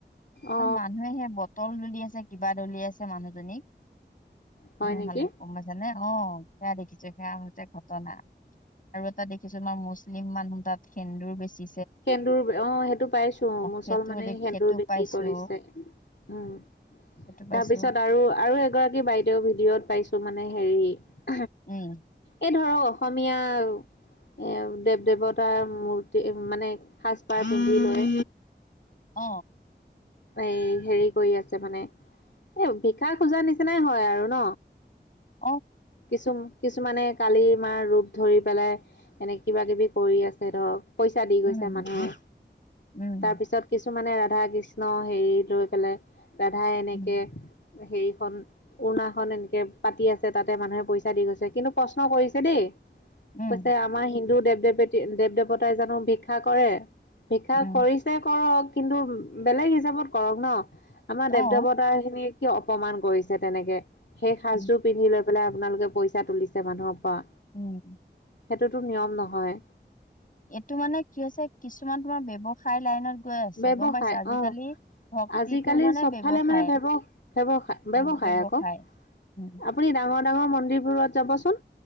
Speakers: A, on the left (about 75°); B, on the left (about 50°).
A: অ
B: মানুহে সেই বটল দল লিয়াচে কিবা দলিয়াইচে মানুহজনী
A: হয়
B: <unintelligible>
A: নেকি
B: গম পাইছা নে। অ' সেয়া দেখিছে সেয়া হৈছে ঘটনা। আৰু এটা দেখিছো আমাৰ মুছলিম মানুহ তাত সেন্দুৰ বেছি
A: সেন্দুৰ অ সেইটো পাইছো মুছলমানে
B: সেইটো দেখি
A: সেন্দুৰ
B: সেইটো
A: বিক্ৰী
B: পাইছো
A: ক কৰিছে উম
B: সেইটো পাইছো
A: তাৰপিছত আৰু আৰু এগৰাকী বাইদেও ভিডিঅত পাই ছো মানে হেৰি
B: উম।
A: এই ধৰক অসমীয়া এ দেৱ দেৱতাৰ মূৰ্তি মানে সাজপাৰ পন্ধি লয়
B: অ
A: এই হেৰি কৰি আছে মানে এ ভিকা খোজা নিচিনাই হয় আৰু ন?
B: অ'।
A: কিছু কিছুমানে কালি মাৰ ৰূপ ধৰি পেলাই এনেক কিবা কিবি কৰি আছে ধৰক। পইচা দি
B: উম
A: গৈছে মানুহে
B: উম
A: তাৰ পিছত কিছু মানে ৰাধা কৃষ্ণ হেৰি লৈ পেলে ৰাধাই এনেকে
B: উম
A: হেৰিখন উৰ্নাখন এনেকে পাতি আছে তাতে মানুহে পইচা দি গৈছে কিন্তু প্ৰশ্ন কৰিছে দেই
B: উম
A: কৈছে আমাৰ হিন্দু দেৱ দেৱতী দেৱ দেৱতাই জানো ভিক্ষা কৰে? ভিক্ষা
B: উম
A: কৰিছে কৰক কিন্তু বেলেগ হিচাপত কৰক ন। আমাৰ
B: অ
A: দেৱ দেৱতা খিনিক কিয় অপমান কৰিছে তেনেকে সেই
B: উম
A: সাজটোৰ পিন্ধি লৈ পেলাই আপোনালোকে পইচা তুলিছে মানুহৰ পৰা।
B: উম।
A: সেইটোতো নিয়ম নহয়।
B: এইটো মানে কি হৈছে কিছুমান তোমাৰ ব্যৱসায় লাইনত গৈ আছে
A: ব্যৱসায়
B: গম পাইছে আজিকালি
A: অ
B: ভক্তিটো
A: আজিকালি
B: মানে
A: চবফালে
B: ব্যৱসায়
A: মানে ব্যৱ ব্যৱসায়
B: অ'। ব্যৱসায়।
A: আকৌ
B: উম
A: আপুনি ডাঙৰ ডাঙৰ মন্দিৰ বোৰত যাবচোন